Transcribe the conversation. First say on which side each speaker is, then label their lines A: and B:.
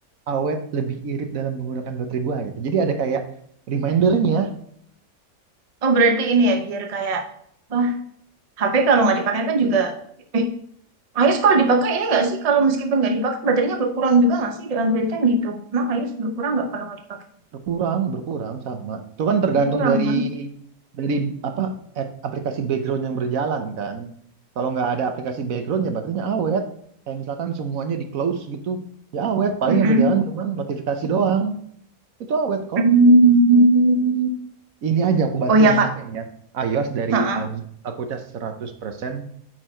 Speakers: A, on the right; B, on the right.
A: awet, lebih irit dalam menggunakan baterai gue gitu. Jadi ada kayak remindernya.
B: oh berarti ini ya biar kayak wah HP kalau nggak dipakai kan juga eh iOS kalau dipakai ini nggak sih kalau meskipun nggak dipakai baterainya berkurang juga nggak sih di Android kan gitu. Emang iOS berkurang nggak kalau nggak dipakai?
A: Berkurang, berkurang sama. Itu kan tergantung
B: Berkurang
A: dari
B: kan?
A: dari apa ap- aplikasi background yang berjalan kan. Kalau nggak ada aplikasi background ya baterainya awet. Kayak misalkan semuanya di close gitu, ya awet. Paling
B: Mm-mm.
A: yang berjalan cuman notifikasi doang. Itu awet kok.
B: Hmm.
A: Ini aja aku baterai
B: Oh iya
A: nih
B: Kak.
A: HP nih ya. iOS dari
B: Ha-ha.
A: pagi aku cas seratus persen